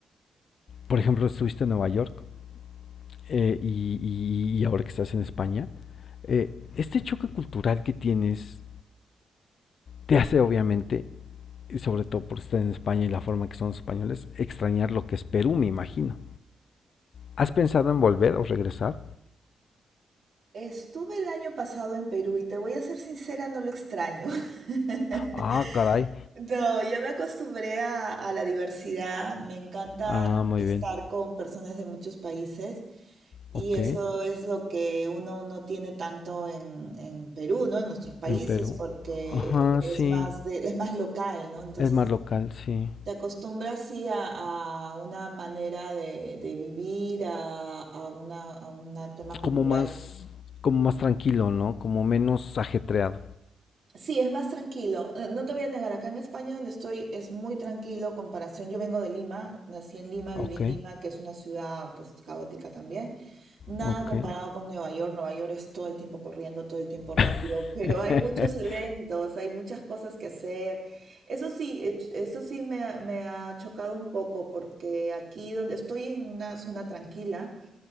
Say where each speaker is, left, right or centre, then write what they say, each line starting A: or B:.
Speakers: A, on the left; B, on the right.
A: Por ejemplo, estuviste en Nueva York eh, y, y- y ahora que estás en España. eh, este choque cultural que tienes te hace obviamente, y sobre todo por estar en España y la forma que son los españoles, extrañar lo que es Perú, me imagino. ¿Has pensado en volver o regresar?
B: Estuve el año pasado en Perú y te voy a ser sincera, no lo extraño. <laughs>
A: Ah, caray.
B: No, ya me acostumbré a, a la diversidad, me encanta
A: Ah, muy
B: estar
A: bien.
B: con personas de muchos países y
A: Ok,
B: eso es lo que uno no tiene tanto en, en Perú, ¿no? En nuestros países,
A: en Perú.
B: porque
A: Ajá,
B: es
A: sí.
B: más de, es más local, ¿no? Entonces
A: Es más local, sí.
B: te acostumbras sí a, a una manera de, de vivir, a, a una, a un tema cultural
A: Como más, como más tranquilo, ¿no? Como menos ajetreado.
B: Sí, es más tranquilo. Eh, No te voy a negar, acá en España donde estoy es muy tranquilo comparación. Yo vengo de Lima, nací en Lima, viví
A: Ok,
B: en Lima, que es una ciudad pues caótica también. Nada
A: ok.
B: comparado con Nueva York. Nueva York es todo el tiempo corriendo, todo el tiempo rápido,
A: <laughs>
B: pero hay muchos eventos, hay muchas cosas que hacer. Eso sí, eh, ch- eso sí me, ha- me ha chocado un poco porque aquí donde estoy en una zona tranquila.